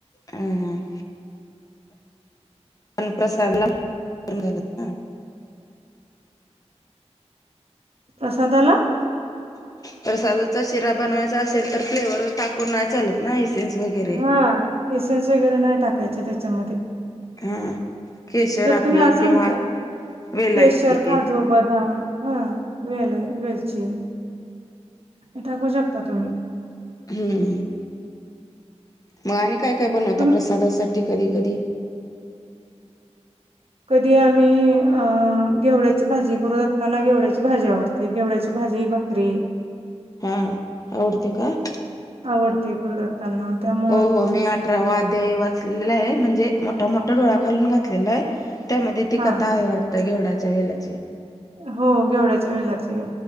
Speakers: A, on the left; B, on the right.
A: हम-हम्म पण प्रसाद ला पण घालत ना.
B: प्रसादा ला.
A: प्रसादाचा शिरा बनवायचा असेल तर फ्लेवर टाकून नाही चालत. नाही सेन मी घेत.
B: हा एस-एस वगैरे नाही टाकायचे त्याच्यामध्ये.
A: हम्म. केशर
B: जर
A: आपलं
B: तुम्ही असंच
A: किंवा वेलाय
B: केशर,
A: ची.
B: काजू, बदाम हा वेल आहे वेलची, हे टाकू शकता तुम्ही.
A: हम्म, मग आणि काय-काय बनवता
B: तुम-
A: प्रसादा साठी कधी-कधी.
B: कधी आम्ही अ घेवड्याची भाजी गुरुदत्तांना घेवड्याची भाजी आवडते. ते घेवड्याची भाजी भाकरी.
A: हम्म, आवडते का?
B: आवडते गुरुदत्त. त्यांना त्यामुळे.
A: हो-हो मी अठरावा अध्याय वाचलेला आहे. म्हणजे मोठा-मोठा डोळा
B: हा
A: खालून घातलेला आहे. त्यामध्ये ती
B: हा
A: कथा आहे वाटत, घेवडाच्या वेलाची.
B: हो घेवढ्याच्या वेलाची.